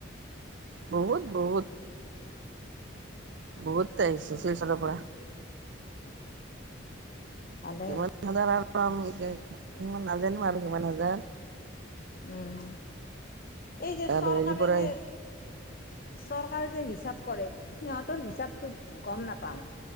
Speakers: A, on the right (about 60°); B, on the left (about 45°).
A: বহুত। বহুত। বহুত আহিছে শিলচলৰ পৰা।
B: ভালে
A: কিমান হাজাৰ? <unintelligible> ইমান নাজানো আৰু। কিমান হাজাৰ।
B: উম। এই যে
A: আৰু
B: চৰকাৰে
A: হেৰিৰ পৰা
B: যে চৰকাৰে যে হিচাপ কৰে, সিহঁতৰ হিচাপটো গম নাপাঙ।